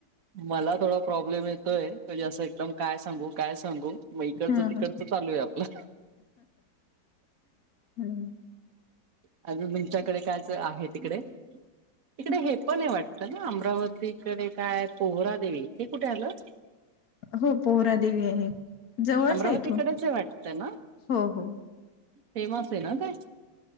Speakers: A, on the right; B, on the left.
A: मला थोडा प्रॉब्लेम येतोय म्हणजे असं एकदम काय सांगू काय सांगू. म इकडचं
B: हां,
A: तिकडचं
B: हां.
A: चालू आहे आपलं.
B: हं,
A: अ तुमच्याकडे कायच आहे तिकडे तिकडे हे पण आहे वाटत. ना अमरावतीकडे काय पोहरादेवी ते कुठे आलं.
B: हो पोहरा देेवी आहे जवळच
A: अमरावतीकडेच
B: आहे इथून
A: आहे वाटतं ना
B: हो हो.
A: फेमस आहे ना ते